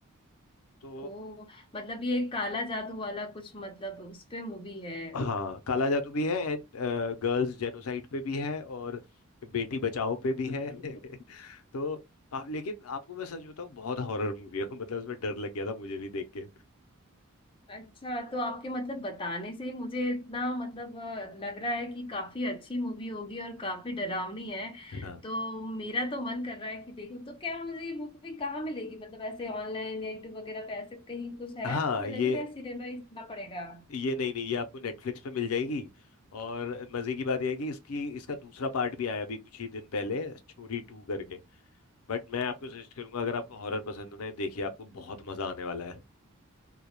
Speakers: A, on the left; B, on the left.
A: तो
B: ओ मतलब ये काला जादू वाला कुछ मतलब उस पे मूवी है
A: हाँ काला जादू भी है एंड गर्ल्स जेनोसाइड पे भी है और बेटी बचाओ पे भी है <laughs> तो आप लेकिन आपको मैं सच बताऊं बहुत हॉरर मूवी है <laughs> मतलब उसमें डर लग गया था मुझे भी देख के
B: अच्छा तो आपके मतलब बताने से ही मुझे इतना मतलब अ, लग रहा है कि काफी अच्छी मूवी होगी और काफी डरावनी है
A: हाँ
B: तो मेरा तो मन कर रहा है कि देखूं तो क्या मुझे ये मूवी कहाँ मिलेगी मतलब ऐसे ऑनलाइन या यूट्यूब वगैरह पे ऐसे कहीं कुछ है
A: हाँ
B: अवेलेबल
A: ये
B: या सिनेमा ही जाना पड़ेगा
A: ये नहीं नहीं ये आपको नेटफ्लिक्स पे मिल जाएगी और मजे की बात यह है कि इसकी इसका दूसरा पार्ट भी आया अभी कुछ ही दिन पहले छोरी टू करके बट मैं आपको सजेस्ट करूंगा अगर आपको हॉरर पसंद है ना, देखिए आपको बहुत मजा आने वाला है